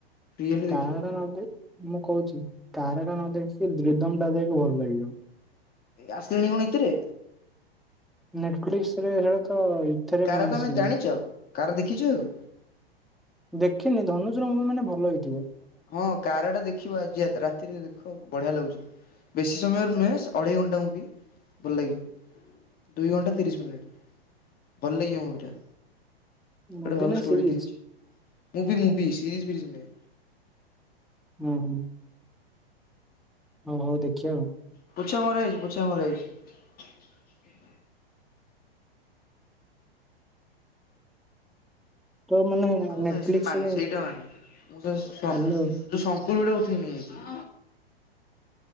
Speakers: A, on the left; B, in the centre.
A: ଫ୍ରି ହେଲେ
B: କାରା
A: ଦେଖିବ ଆଉ।
B: ନ ଦେଇ ମୁଁ କହୁଛି କାରା ଟା ନଦେଖି ରିଦମ୍ ଟା ଦେଖେ ଭଲ ଲାଗିବ।
A: ଆସିଲାଣି କଣ ଏଥିରେ।
B: ନେଟଫ୍ଲିକ୍ସ ରେ ସେଇଟା ଏଥିରେ ତ
A: କାରା
B: ପୁଣି
A: ତମେ
B: ଆସିଲାଣି
A: ଜାଣିଛ କାରା ଦେଖିଛ ତାକୁ।
B: ଦେଖିନି ଧନୁଜର ମୁଭି ମାନେ ଭଲ ହେଇ
A: ହଁ କାରା ଟା ଦେଖିବ ଆଜି ରାତି ରାତିରେ ଦେଖିବ ବଢିଆ ଲାଗୁଛି। ବେଶି ସମୟର ନୁହେଁ ଅଢ଼େଇ ଘଣ୍ଟାର ମୁଭି ବି ଭଲ ଲାଗିବ। ଦୁଇ ଘଣ୍ଟା ତିରିଶ ମିନିଟ୍ ଭଲ ଲାଗିବ ମୁଭିଟା।
B: ମୁଭି
A: ଗୋଟେ ଭଲ
B: ନା
A: ଷ୍ଟୋରି
B: ସିରିଜ
A: ଟେ ହେଇଛି ମୁଭି ମୁଭି ସିରିଜ୍ ଫିରିଜ୍ ନାଇ।
B: ହୁଁ ହୁଁ। ହ ହଉ ଦେଖିବା ଆଉ।
A: ପୁଛା ମରା ହେଇଛି ପୁଛା ମରା ହେଇଛି।
B: ତ ମାନେ
A: ହଁ
B: ନେଟଫ୍ଲିକ୍ସ
A: ସାର୍ ସେ ମାନେ
B: ର
A: ସେଇଟା ମାରେ <unintelligible>
B: ହ୍ୟାଲୋ
A: ଫୁଲ ଗୁଡା ଉଠେଇ କି ନେଇଯାଇଥିଲି।